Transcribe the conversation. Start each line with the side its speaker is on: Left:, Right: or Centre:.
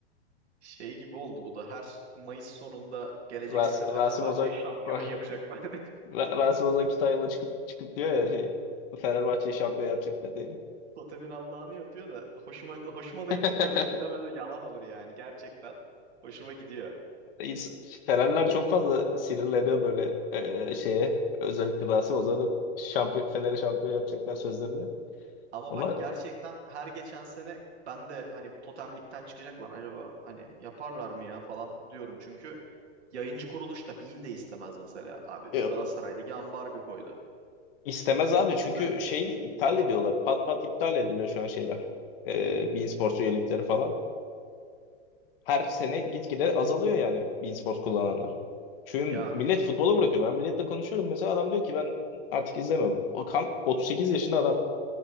Right: Şey gibi oldu bu da her Mayıs sonunda gelecek
Left: Ras,
Right: sene
Left: Rasim
Right: Fenerbahçe'yi
Left: Ozan
Right: şampiyon
Left: <laughs>
Right: yapacaklar. <laughs>
Left: Ra- Rasim Ozan Kütahyalı çıkıp çıkıp diyor
Right: diye.
Left: ya şey Fenerbahçe'yi şampiyon yapacaklar diye.
Right: Totemin Allah'ını yapıyor da hoşuma, hoşuma da
Left: <laughs>
Right: gitmiyor de, demedi yalan olur yani gerçekten. Hoşuma gidiyor.
Left: İns- Fenerler çok fazla sinirleniyor böyle e, şeye. Özellikle Rasim Ozan'ın şampiyon, Fener'i şampiyon yapacaklar sözlerine.
Right: Ama
Left: Ama
Right: bak gerçekten her geçen sene ben de hani bu totemlikten çıkacak lan acaba hani yaparlar mı ya falan diyorum. Çünkü yayıncı kuruluş da Bein de istemez mesela. Abi
Left: yok.
Right: Galatasaray Ligi ambargo koydu.
Left: İstemez
Right: Ya
Left: abi
Right: kim
Left: çünkü
Right: ister?
Left: şeyi iptal ediyorlar. Pat pat iptal ediliyor şu an şeyler. E,
Right: Hı hı.
Left: beIN Sports üyelikleri falan. her sene gitgide azalıyor yani e-spor kullananlar. Çünkü
Right: Ya
Left: millet futbolu bırakıyor. Ben milletle konuşuyorum. Mesela adam diyor ki ben artık izlemiyorum. O kan 38 yaşında adam.